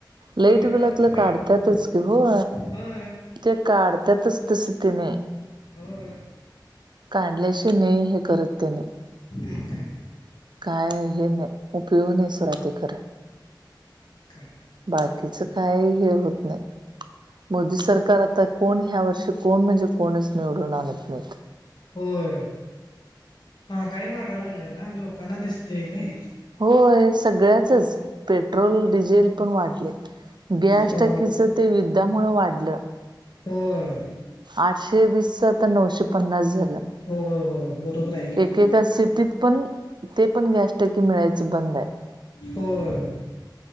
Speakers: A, on the right; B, on the left.
A: लाईट बलातलं
B: बिलात काढणार
A: काढततच की हो.
B: होय
A: ते काढ त्यातच तसं तिने.
B: हो.
A: काढल्याशी नाही हे करत त्या नाही.
B: अ का.
A: काय हे न उपयोग नाही सुड ते कर.
B: मग काय
A: बाकीच काय हे होत नाही. मोदी सरकार आता कोण ह्या वर्षी कोण म्हणजे कोणच निवडून आणत नाहीत.
B: होय. महागाई वाढा लागले ना लोकांना दिसतेय नाही.
A: होय सगळ्याचच पेट्रोल डिझेल पण वाढले. गॅस
B: हो
A: टकीचं ते दिल्यामुळं वाढलं.
B: होय
A: आठशे वीसच तर नऊशे पन्नास झालं.
B: हो हो बरोबर आहे ऐक.
A: एका सेटीत पण ते पण गॅस टक्कीे मिळायच बंद आहे.
B: होर.